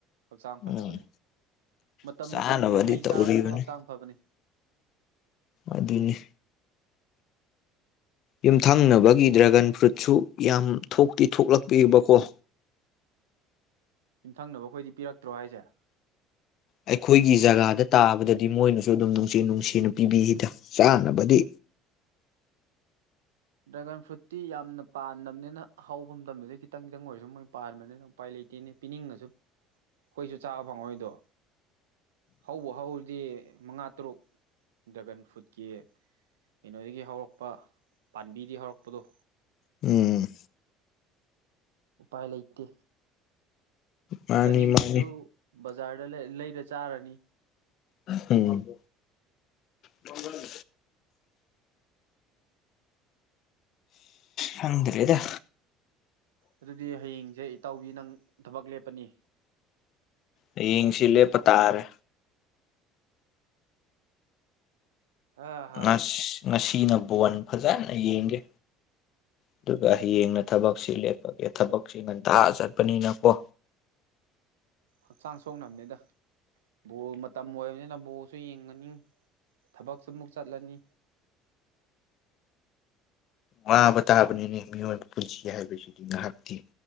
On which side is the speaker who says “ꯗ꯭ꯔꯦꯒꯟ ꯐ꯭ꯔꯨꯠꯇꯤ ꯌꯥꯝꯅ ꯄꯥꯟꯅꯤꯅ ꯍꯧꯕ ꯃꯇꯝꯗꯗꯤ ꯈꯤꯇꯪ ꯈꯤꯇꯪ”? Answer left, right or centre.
Right